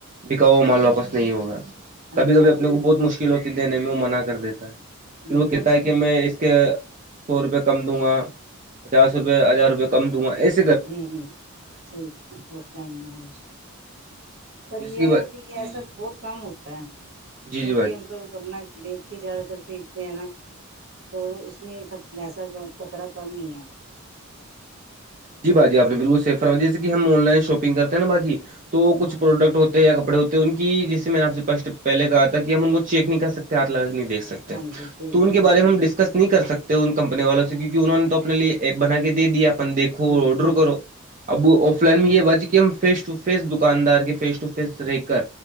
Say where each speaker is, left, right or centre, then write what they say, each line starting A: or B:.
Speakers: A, on the right; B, on the right.
A: بکا وہ مل واپس نہیں ہوگا
B: ہاں
A: کبھی کبھی
B: جی ہاں
A: اپنے
B: جی
A: کو بہت مشکل ہوتی دینے میں وہ منع کر دیتا ہے پھر
B: بالکل
A: وہ کہتا ہے کہ میں اس کے سو روپئے کم دوں گا پچاس روپئے ہزار روپئے کم دوں گا اس
B: ہ ہ ٹھیک آف لائن میں ہاں جی پر
A: جس
B: یہ
A: کی بات
B: ہے کہ
A: جی
B: ایسا
A: جی
B: بہت کم ہوتا ہے
A: جی
B: کیونکہ
A: جی باجی
B: ہم تو اپنا دیکھ کے زیاد تر خریدتے ہیں نا تو اس میں اییسا خطرہ کم نہیں ہے
A: جی بھجی آپ نے بالکل سیف فرما جیے کہ ہم آن لائن شاپنگ کرتے نا بھجی تو کھ
B: ہاں
A: پروڈکٹ
B: جی
A: ہوتے یا کپڑے ہوتے ہیں ان کی جسے میں نے آپ سے فسٹ پہل کہا تھا کہ ہم ان کو چیک نہیں کر سکتے ہاتھ لگا کے نہیں دیکھ سکتے
B: ہاں جی دیکھ
A: تو ان
B: نہیں
A: کے
B: سکتے
A: بارے میں ہم ڈس نہیں کر سکتے ان کمپنی والوں سے کیونکہ انہوں نے تو اپنے لیے ایپ بنا کے دے دیا اپن دیکھ آڈر
B: ہاں جی
A: کرو اب آف لائن
B: ٹھیک
A: میں یہ
B: ہے
A: ب ہم فیس ٹو فیس دکاندار کے فیس ٹو فیس ریک کر